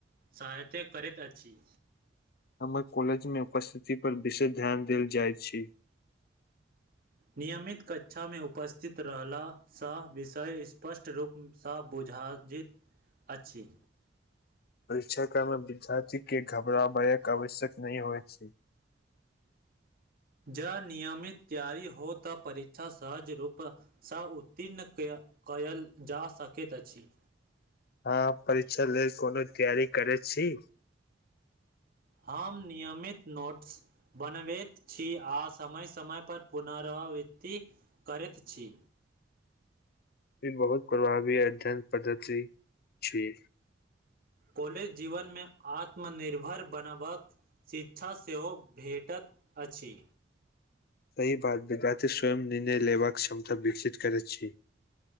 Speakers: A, on the right; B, on the left.
A: सहायते करैत अछि।
B: हमर कॉलेज मे उपस्थिति पर विशेष ध्यान देल जाइत छी
A: नियमित कक्षामे उपस्थित रहलासँ विषय स्पष्ट रूप सँ बुझाइजित अछि
B: परीक्षा क्रम मे विद्यार्थी के घबराबयक आवश्यक नहि होइत
A: ज नियमित तैयार हो तऽ परीक्षा सहज रूप। सँ उत्तीर्ण कय कयल जा सकैत अछि।
B: अहाँ परीक्षा लेल कोनो तैयारी करे छी।
A: हम नियमित नोट्स। बनबैत छी आ समय समयपर पुनरावृत्ति करैत छी।
B: ई बहुत प्रभावी अध्ययन पद्धति छी
A: कॉलेज जीवन मे आत्मनिर्भर बनाबक शिक्षा सेहो भेटत अछि
B: सही बात विद्यार्थी स्वयं निर्णय लेबाक क्षमता विकसित करैत छी